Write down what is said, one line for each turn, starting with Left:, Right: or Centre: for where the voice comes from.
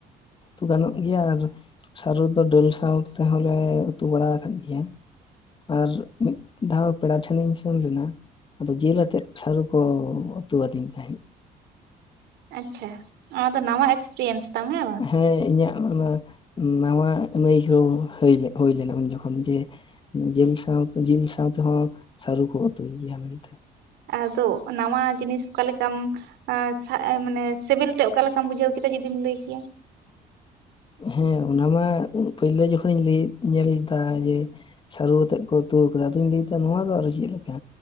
Left: ᱩᱛᱩ ᱜᱟᱱᱚᱜ ᱜᱮᱭᱟ ᱟᱨᱼᱼ ᱥᱟᱨᱩ ᱫᱚ ᱰᱟᱹᱞ ᱥᱟᱶ ᱛᱮᱦᱚᱸ ᱞᱮ ᱩᱛᱩ ᱵᱟᱲᱟ ᱟᱠᱟᱫ ᱜᱮᱭᱟ᱾ ᱟᱨ ᱢᱤᱫ ᱫᱷᱟᱣ ᱯᱮᱲᱟ ᱴᱷᱮᱱᱤᱧ ᱥᱮᱱ ᱞᱤᱱᱟ᱾ ᱟᱫᱚ ᱡᱤᱞ ᱟᱛᱮᱫ ᱥᱟᱨᱩ ᱠᱚ ᱩᱛᱩ ᱣᱟᱫᱤᱧ ᱛᱟᱦᱮᱸᱫ᱾
Right: ᱟᱪᱪᱷᱟ ᱚᱱᱟ ᱫᱚ ᱱᱟᱶᱟ ᱮᱠᱥᱯᱮᱨᱤᱭᱮᱱᱥ ᱛᱟᱢ ᱦᱮᱸ ᱵᱟᱝ᱾
Left: ᱦᱮᱸ ᱤᱧᱟᱜ ᱚᱱᱟ ᱱᱟᱶᱟ ᱱᱟᱹᱭᱦᱟᱹᱣ ᱦᱟᱹᱭ ᱞᱮᱜ ᱦᱩᱭ ᱞᱮᱱᱟ ᱩᱱ ᱡᱚᱠᱷᱚᱱ ᱡᱮᱼᱼ ᱡᱤᱞ ᱥᱟᱶᱛᱮ ᱡᱤᱞ ᱥᱟᱶ ᱛᱮᱦᱚᱸ ᱥᱟᱨᱩ ᱠᱚ ᱩᱛᱩᱭ ᱜᱮᱭᱟ ᱢᱮᱱᱛᱮ᱾
Right: ᱟᱫᱚ ᱱᱟᱣᱟ ᱡᱤᱱᱤᱥ ᱚᱠᱟ ᱞᱮᱠᱟᱢᱼᱼ ᱟᱸ ᱥᱟᱜ ᱢᱟᱱᱮ ᱥᱮᱵᱤᱞ ᱛᱮ ᱚᱠᱟ ᱞᱮᱠᱟᱢ ᱵᱩᱡᱷᱟᱹᱣ ᱠᱮᱫᱟ ᱡᱩᱫᱤᱢ ᱞᱟᱹᱭ ᱠᱮᱭ? ᱟ
Left: ᱦᱮᱸ ᱚᱱᱟ ᱢᱟ ᱯᱳᱭᱞᱳ ᱡᱚᱠᱷᱚᱱ ᱱᱤᱧ ᱞᱟᱹᱭ ᱧᱮᱞ ᱫᱟ ᱡᱮᱼᱼ ᱥᱟᱹᱨᱩ ᱣᱟᱛᱮᱫ ᱠᱚ ᱩᱛᱩᱣ ᱟᱠᱟᱫᱟ ᱟᱫᱚᱧ ᱞᱟᱹᱭ ᱫᱟ ᱱᱚᱣᱟ ᱫᱚ ᱟᱨᱚ ᱪᱮᱜ ᱞᱮᱠᱟ?